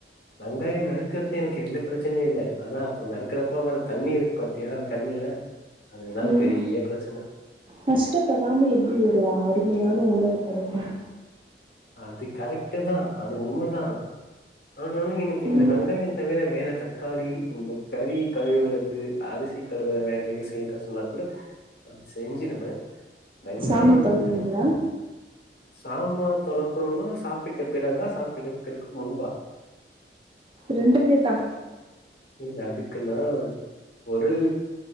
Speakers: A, on the left; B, on the right.
A: வெங்காயோ நறுக்கறதே எனக்கு என்ன பிரச்சனையு இல்ல ஆனா அப்ப நறுக்கறப்ப வர தண்ணி இருக்கு பாத்தியா கண்ணுல அதுதா
B: உம்
A: பெரிய பிரச்சன
B: கஷ்டப்படாம எப்டி ஒரு அருமையான உணவு கெடைக்கும்
A: அது கரெக்ட்டு தா அது உண்ம தா ஆனாலு எனக்கு இந்த
B: ம்
A: வெங்காயோ தவிர வேற தக் க்காளி இந்த கறி கழுவறது அரிசி கலுவுற வேலையே செய்ய கஷ்டன்தா கூட செஞ்சிடுமே வெங்காயோ
B: சாமா தொலக்குவீங்களா
A: வந்து சாம்பார் தொலக்குனுனா சாப்பிட்ட பிறகா சாப்பிடுவதற்கு முன்பா
B: ரெண்டுமே தா
A: புரில்ல அதுக்குன்னா உரல்